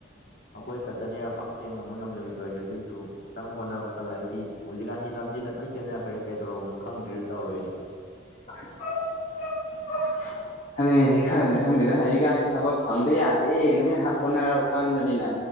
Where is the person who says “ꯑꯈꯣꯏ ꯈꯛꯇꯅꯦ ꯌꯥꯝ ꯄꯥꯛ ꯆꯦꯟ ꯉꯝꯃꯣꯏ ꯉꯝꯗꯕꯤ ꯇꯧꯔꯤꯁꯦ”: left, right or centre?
Left